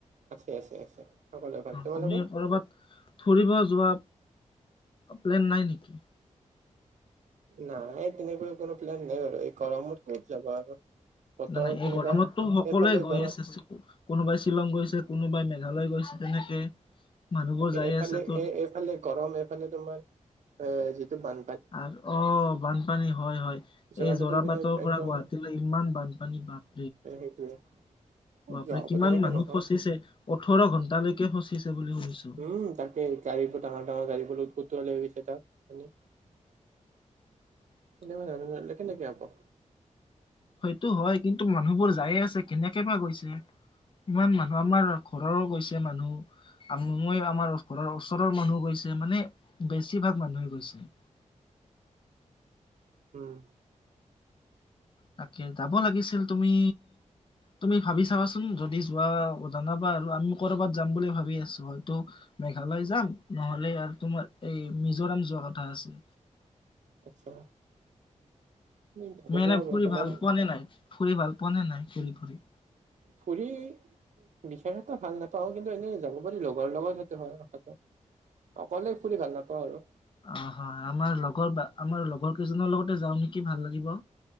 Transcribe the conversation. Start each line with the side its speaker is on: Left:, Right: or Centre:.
Right: আছে-আছে-আছে সকলোৱে ভাল। তোমালোকৰ?
Left: তুমি কৰ'বাত ফুৰিব যোৱা প্লেন নাই নেকি?
Right: নাই তেনেকৈ কোনো প্লেন নাই বাৰু, এই গৰমত ক'ত যাবা আৰু। বতৰ
Left: নাই-নাই, এই
Right: তেনেকুৱা
Left: গৰমততো সকলোৱে
Right: এইফালে
Left: গৈ
Right: গৰম
Left: আছে। কোনোবাই শ্বিলং গৈছে, কোনোবাই মেঘালয় গৈছে, তেনেকে। মানুহবোৰ
Right: তাকে
Left: যাই
Right: এফালে
Left: আছে ত
Right: এ-এইফালে গৰম, এইফালে তোমাৰ এ যিটো বান
Left: আৰু অহ, বানপানী হয়, হয়।
Right: জৰা
Left: এই
Right: পাতৰ
Left: যোৰাবাটৰ
Right: পিনে একদম
Left: পৰা গুৱাহাটীলৈ ইমান বানপানী পাম।
Right: এ সেইটোৱে। ক'ত
Left: বাপৰে
Right: যোৱা হ'ব
Left: কিমান
Right: তেনেকে
Left: মানুহ
Right: নহয়
Left: ফচিছে, ওঠৰ ঘন্টালৈকে ফচিছে বুলি শুনিছোঁ।
Right: উম, তাকে গাড়ীবোৰ ডাঙৰ-ডাঙৰ গাড়ীবোৰ ওটোৱালৈ গৈছে তাত মানে।
Left: <inaudible>
Right: <unintelligible>
Left: সেইটো হয়, কিন্তু মানুহবোৰ যায়ে আছে কেনেকে বা গৈছে। ইমান মানুহ আমাৰ ঘৰৰো গৈছে মানুহ। মই আমাৰ ঘৰৰ ওচৰৰ মানুহ গৈছে, মানে বেছিভাগ মানুহে গৈছে।
Right: উম।
Left: তাকে যাব লাগিছিল, তুমি তুমি ভাবি চাবাচোন, যদি যোৱা জনাবা আৰু আমি কৰ'বাত যাম বুলি ভাবি আছোঁ হয়তো মেঘালয় যাম নহ'লে আৰু তোমাৰ এই মিজোৰাম যোৱা কথা আছে।
Right: আচ্ছা উম, যাব
Left: তুমি
Right: পৰা
Left: এনে ফুৰি
Right: বৰ্তমান
Left: ভাল পোৱা নে নাই ফুৰি ভাল পোৱানে নাই ফুৰি-ফুৰি?
Right: ফুৰি বিশেষ এটা ভাল নাপাওঁ কিন্তু এনেই যাব পাৰি লগৰ লগত সেইটো হয় কথাটো। অকলে ফুৰি ভাল নাপাওঁ আৰু।
Left: অহ, হয় আমাৰ লগৰ বা আমাৰ লগৰ কেইজনৰ লগতে যাওঁ নেকি ভাল লাগিব।